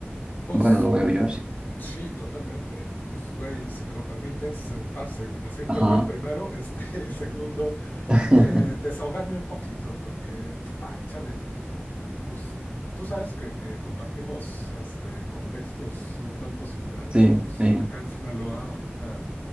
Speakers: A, on the left (about 65°); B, on the right (about 25°).
A: Pues
B: Bueno, lo veo yo así.
A: sí, totalmente. Y pues, güey, si me lo permites, eh, parce, decirte,
B: Ajá.
A: güey, primero, <laughs> este, y segundo,
B: <laughs>
A: eh, desahogarme un poquito, porque, ay, chale, pues tú sabes que, que compartimos este, contextos un tanto similares
B: Sí,
A: y pues
B: sí.
A: acá en Sinaloa ahorita